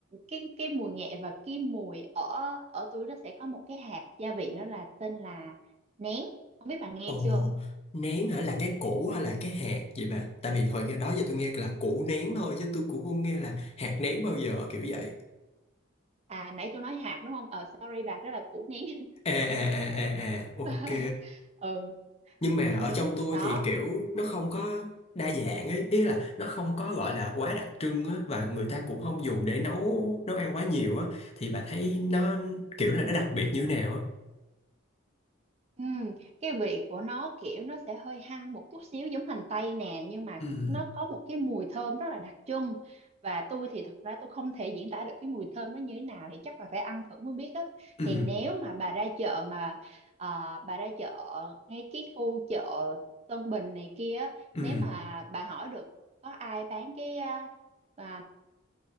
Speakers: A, on the right; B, on the left.
A: cái cái mùi nghệ và cái mùi ở ở tôi nó sẽ có một cái hạt gia vị nó là tên là nén. Không biết bà nghe
B: ờ,
A: chưa?
B: nén hả là cái củ hay là cái hạt vậy bà? Tại vì hồi nghe đó giờ tôi nghe là củ nén thôi chứ tôi cũng không nghe là hạt nén bao giờ kiểu vậy.
A: à nãy tôi nói hạt đúng không ờ sorry bà đó là củ nén
B: À à à à à, ok.
A: <laughs> ừ
B: nhưng mà
A: củ
B: ở
A: nén
B: trong tôi
A: đó
B: thì kiểu nó không có đa dạng ấy ý là nó không có gọi là quá đặc trưng á và người ta cũng không dùng để nấu nấu ăn quá nhiều á thì bà thấy nó kiểu là nó đặc biệt như thế nào á
A: Ừm, cái vị của nó kiểu nó sẽ hơi hăng một chút xíu giống hành tây nè nhưng mà
B: ừ
A: nó có một cái mùi thơm rất là đặc trưng và tôi thì thật ra tôi không thể diễn tả được cái mùi thơm nó như thế nào thì chắc là phải ăn thử mới biết á
B: ừ
A: thì nếu mà bà ra chợ mà ờ, bà ra chợ ngay cái khu chợ Tân Bình này kia á,
B: ừ
A: nếu mà bà hỏi được có ai bán cái uh,